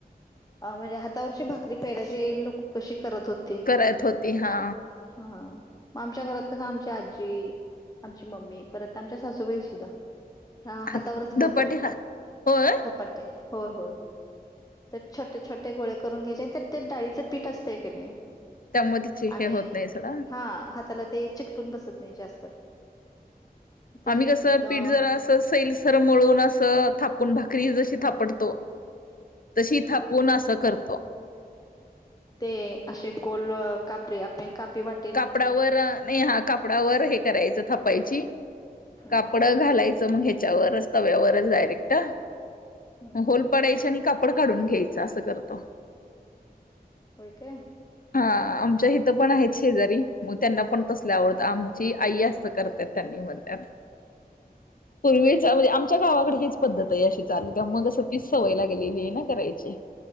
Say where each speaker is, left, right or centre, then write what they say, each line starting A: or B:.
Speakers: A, on the left (about 20°); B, on the left (about 60°).
A: अ म्हणजे हातावरची भाकरी पाहिल्याची लोक कशी करत होते
B: करत होती हा.
A: हा मग आमच्या घरात कसं, आमची आजी आमची मम्मी, परत आमच्या सासूबाईसुद्धा ह हातावरच
B: हात
A: करतात
B: धपाटी हा होय
A: धपाट ते हो होय तर छोटे छोटे गोळे करून घ्यायच आणी त्यात ते डाळीचं पीठ असतेय कणी
B: त्यामुळे तिची
A: आणि,
B: हे होत नाही सोडा
A: हा हाताला ते चिकटून बसत नाही जास्त. त्याची
B: आम्ही कसं,
A: अ हम्म
B: पीठ जरा अस सैलसर मळून असं, थापून भाकरी जशी थापडतो. तशी थापून असं करतो.
A: ते, असे गोल कापे आपण कापे वाट
B: कापडावर, नाही हा कापडावर हे करायचं, थापायची
A: हम्म
B: कापडं घालायचं तर मग ह्याच्या वारच तव्यावरच डायरेक्ट
A: हम्म
B: होल पडायच आणि कापड काढून घ्यायचं, असं करतो.
A: होय काय?
B: हा, आमच्या इथं पण आहेच. शेजारी, मग त्यांना पण तसले आवडतात. आमची आई असं करतात, त्यांनी म्हणतात. पूर्वी म्हणजे, आमच्या गावाकडे हेच पद्धत आहे, अशी चालू त्या मग अस तच सवयला गेलेली आहे ना करायची.